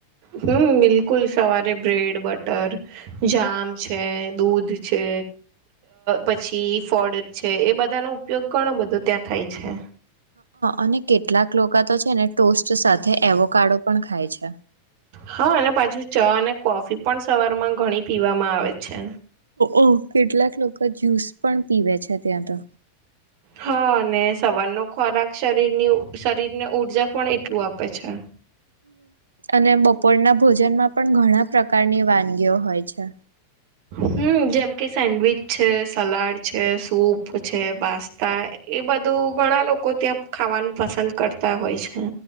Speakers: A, on the right; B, on the right.
A: હમ્મ બિલકુલ સવારે બ્રેડ, બટર જામ છે, દૂધ છે, પછી ફળ છે એ બધા નો ઉપયોગ ઘણો બધો ત્યાં થાય છે.
B: અને કેટલાક લોકો તો છે ને ટોસ્ટ સાથે એવો કાડો પણ ખાય છે.
A: હા અને પાછુ ચા અને કોફી પણ સવાર માં ઘણી પીવામાં આવે છે.
B: ઓ કેટલાક લોકો જ્યુસ પણ પીવે છે ત્યાં તો
A: હા અને સવારનો ખોરાક શરીરની શરીર ને ઉઊર્જા પણ એટલું આપે છે.
B: અને બપોરના ભોજનમાં પણ ઘણા પ્રકારની વાનગીઓ હોય છે.
A: હમ્મ જેમ કે સેન્ડવીચ છે, સલાડ છે, સૂપ છે, પાસ્તા, એ બધું ઘણા લોકો ત્યાં ખાવાનું પસંદ કરતા હોય છે.